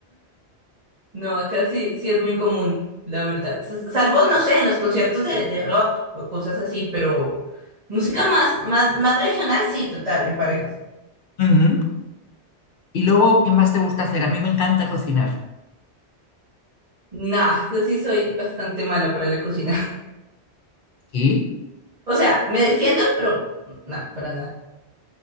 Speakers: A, on the right (about 35°); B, on the left (about 60°).
A: No, acá sí, sí es muy común, la verdad. S- Salvo, no sé, en los conciertos de, de rock o cosas así, pero música más, más, más regional, sí, total, en parejas.
B: Ujú. Y luego, ¿qué más te gusta hacer? A mí me encanta cocinar.
A: Nah, eso sí soy bastante mala para la cocina. <laughs>
B: ¿Sí?
A: O sea, me defiendo, pero no, para nada.